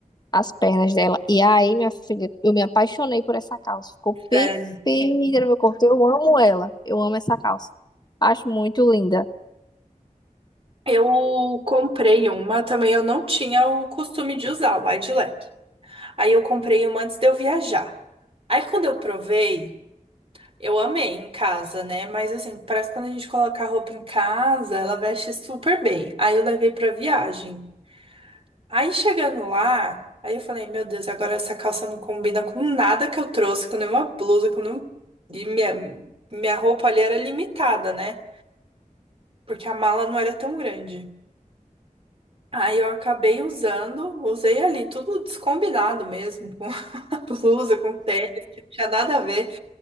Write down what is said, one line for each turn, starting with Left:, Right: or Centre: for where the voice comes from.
Left: as pernas dela. E aí, minha filha, eu me apaixonei por essa calça. Ficou perfeita
Right: Sério.
Left: no meu corpo. Eu amo ela. Eu amo essa calça. Acho muito linda.
Right: Eu comprei uma também, eu não tinha o costume de usar, wide leg. Aí eu comprei uma antes de eu viajar. Aí quando eu provei, eu amei em casa, né? Mas assim, parece que quando a gente coloca a roupa em casa, ela veste super bem. Aí eu levei pra viagem. Aí chegando lá, aí eu falei, meu Deus, agora essa calça não combina com nada que eu trouxe, com nenhuma blusa, com nenhum... E minha, minha roupa ali era limitada, né? Porque a mala não era tão grande. Aí eu acabei usando, usei ali, tudo descombinado mesmo. <laughs> blusa, com tênis, que não tinha nada a ver.